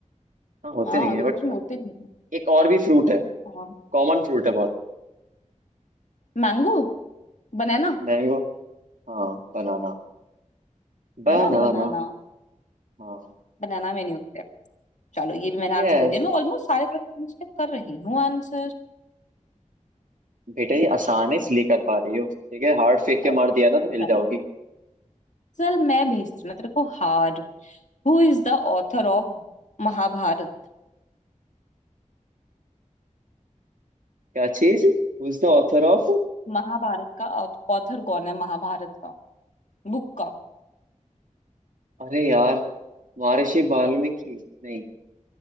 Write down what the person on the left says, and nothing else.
हाँ
ग्रेप्स
में होते नहीं है
हाँ
मैंगो बनाना
है
ना बनाना
बनाना में नहीं होते चलो ये भी मैंने आंसर
कर दिया मैं ऑलमोस्ट सारे क्वेश्चन के कर रही हूँ आंसर
ओके
चलो
चल मैं भेजती हूँ ना तेरे को hard Who is the author of Mahabharat
Mahabharat का ऑथर कौन है महाभारत का बुक का